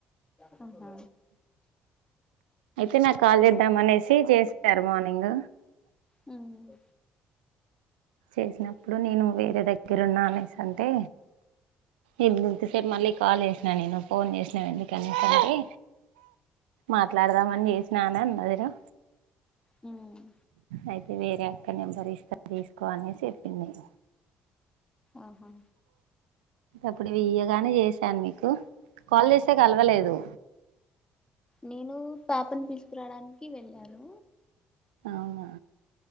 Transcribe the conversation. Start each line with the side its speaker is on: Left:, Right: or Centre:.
Left: మ్మ్ హు
Right: అయితే నాకు కాల్ చేద్దాం అనేసి చేసినారు మార్నింగ్
Left: మ్మ్
Right: చేసినప్పుడు నేను వేరే దగ్గర ఉన్నా అనేసి అంటే ఇపుడు రేప్ మళ్ళీ కాల్ చేసినా నేను ఫోన్ చేసినాను ఎందుకని అంటే మాట్లాడదామని చేసిన అని అన్నదిరా
Left: మ్మ్
Right: అయితే వేరే అక్క నెంబర్ ఇస్త తీసుకో అనేసి చెప్పింది ఇగ
Left: ఆహా
Right: అప్పుడు ఇది ఇయ్యగానే చేసాను మీకు కాల్ చేసే కలవలేదు
Left: నేను పాపను తీసుకురాడానికి వెళ్ళాను
Right: అవునా